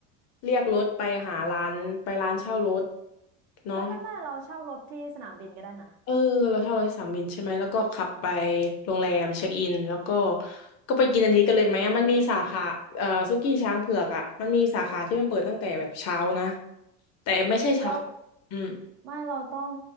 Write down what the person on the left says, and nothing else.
เรียกรถไปหาร้านไปร้านเช่ารถเนาะ
เออเราเช่ารถที่สนามบินใช่ไหมแล้วก็ขับไปโรงแรมเช็คอินแล้วก็ก็ไปกินอันนี้กันเลยไหมอะมันมีสาขาเอ่อสุกี้ช้างเผือกอ่ะมันมีสาขาที่มันเปิดตั้งแต่แบบเช้านะแต่ไม่ใช่สาขาอืม